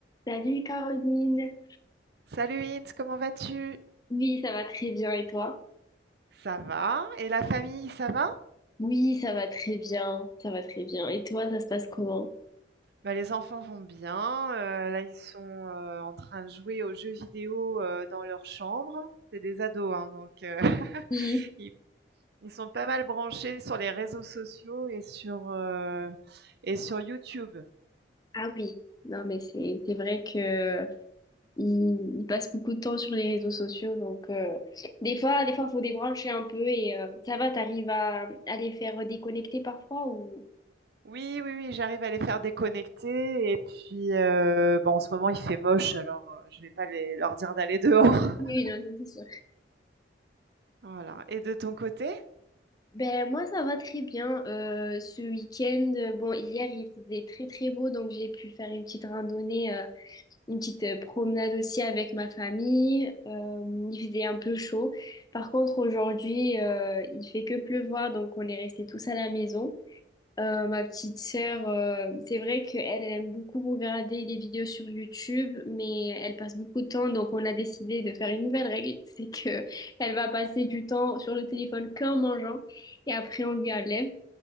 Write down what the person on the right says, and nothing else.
Salut Ins, comment vas-tu?
Ça va? Et la famille, ça va?
Bah, les enfants vont bien. euh, là, ils sont euh, en train de jouer aux jeux vidéo euh, dans leur chambre. C'est des ados, hein, donc euh, <laughs>
ils, ils sont pas mal branchés sur les réseaux sociaux et sur, euh, et sur YouTube.
Oui, oui, oui, j'arrive à les faire déconnecter. Et puis, euh, bon, en ce moment, il fait moche, alors euh, je vais pas les- leur dire d'aller dehors. <laughs>
Voilà. Et de ton côté?